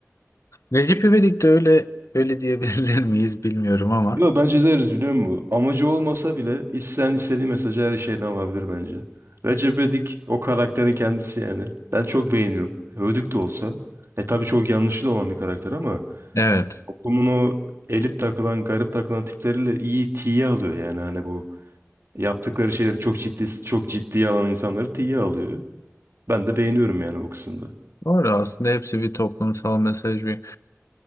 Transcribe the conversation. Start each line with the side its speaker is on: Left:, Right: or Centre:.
Left: Recep İvedik de öyle öyle diyebilir <laughs> miyiz bilmiyorum ama.
Right: Yo bence deriz biliyor musun? Amacı olmasa bile isteyen istediği mesajı her şeyini alabilir bence. Recep İvedik o karakterin kendisi yani. Ben çok beğeniyorum. Ödük de olsa. E tabii çok yanlışlı da olan bir karakter ama
Left: Evet.
Right: toplumun o elit takılan, garip takılan tipleriyle iyi tiye alıyor yani hani bu yaptıkları şeyleri çok ciddi çok ciddiye alan insanları tiye alıyor. Ben de beğeniyorum yani o kısımda.
Left: Doğru aslında hepsi bir toplumsal mesaj bir.